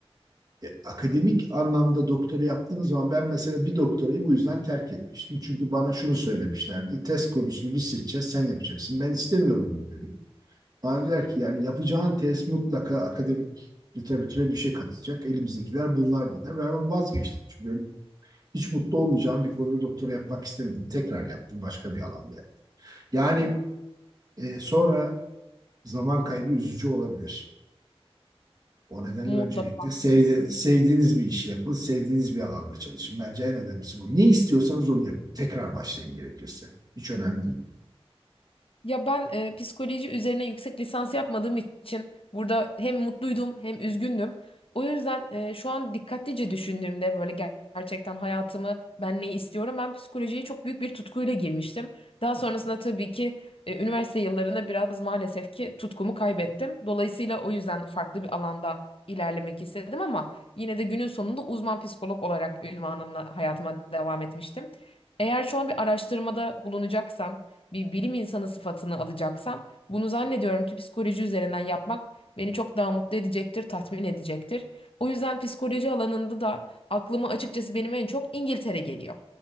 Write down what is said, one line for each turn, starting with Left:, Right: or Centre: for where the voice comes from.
Right: E, akademik anlamda doktora yaptığınız zaman ben mesela bir doktorayı bu yüzden terk etmiştim. Çünkü bana şunu söylemişlerdi. Test konusunu biz seçeceğiz, sen yapacaksın. Ben istemiyorum bunu dedim. Bana dediler ki yani yapacağın test mutlaka akademik literatüre bir şey katacak. Elimizdekiler bunlar dediler. Ben onu vazgeçtim. Çünkü benim hiç mutlu olmayacağım bir konuda doktora yapmak istemedim. Tekrar yaptım başka bir alanda. Yani e, sonra zaman kaybı üzücü olabilir. O nedenle
Left: Mutlaka.
Right: öncelikle sevdi, sevdiğiniz bir işi yapın, sevdiğiniz bir alanda çalışın. Bence en önemlisi bu. Ne istiyorsanız onu yapın. Tekrar başlayın gerekirse. Hiç önemli değil.
Left: Ya ben e, psikoloji üzerine yüksek lisans yapmadığım için burada hem mutluydum hem üzgündüm. O yüzden e, şu an dikkatlice düşündüğümde böyle ger- gerçekten hayatımı ben ne istiyorum? Ben psikolojiye çok büyük bir tutkuyla girmiştim. Daha sonrasında tabii ki e, üniversite yıllarında biraz maalesef ki tutkumu kaybettim. Dolayısıyla o yüzden farklı bir alanda ilerlemek istedim ama yine de günün sonunda uzman psikolog olarak ünvanımla hayatıma devam etmiştim. Eğer şu an bir araştırmada bulunacaksam bir bilim insanı sıfatını alacaksam bunu zannediyorum ki psikoloji üzerinden yapmak beni çok daha mutlu edecektir, tatmin edecektir. O yüzden psikoloji alanında da aklıma açıkçası benim en çok İngiltere geliyor.